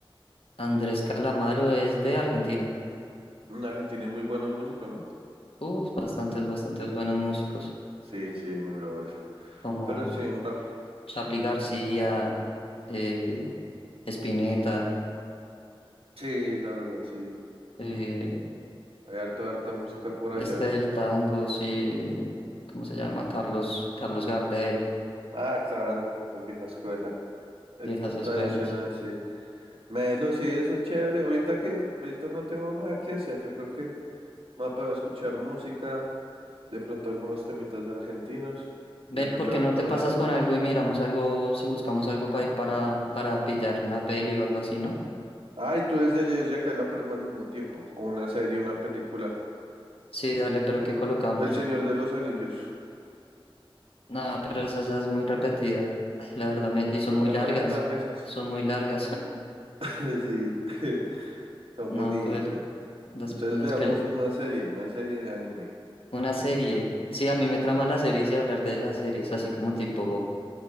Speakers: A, on the left; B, on the right.
A: Andrés Calamaro es de Argentina.
B: En Argentina hay muy buenos músicos, ¿no?
A: Uf, bastantes, bastantes buenos músicos,
B: Sí, sí, mi brother.
A: como
B: Pero sí, va.
A: Charly García, eh, Spinetta,
B: Sí, la verdad, sí.
A: eh,
B: Hay harta, harta música por allá.
A: este del tango, sí, eh, ¿cómo se llama? Carlos, Carlos Gardel,
B: Ah, claro, el vieja escuela. El
A: viejas
B: cl-
A: escuelas.
B: tradicional, sí. Melo, sí, eso es chévere. Ahorita que, ahorita no tengo nada que hacer. Yo creo que me voy a poner escuchar música. De pronto algunos temitas argentinos,
A: Ven,
B: ya que
A: ¿por
B: me
A: qué
B: recordaste.
A: no te pasas con algo y miramos algo, si buscamos algo pa- para, para pillar una peli o algo así, ¿no?
B: Ay, tú desde ayer ya cae la prema al mismo tiempo. O una serie, una película.
A: Sí, dale, pero ¿qué colocamos?
B: El Señor de los Anillos.
A: Nada, pero esa ya es muy repetida. <laughs> La verdad, me- y
B: Toca
A: son muy
B: la
A: largas.
B: 30 veces.
A: Son muy largas. <laughs>
B: <laughs> Sí. <laughs> Son
A: No,
B: bonitas.
A: cuál- las,
B: Entonces
A: las
B: veamos
A: pele.
B: una serie, una serie de anime.
A: Una serie. Sí, a mí me
B: Sí.
A: trama las series y hablar de las series, así como tipo.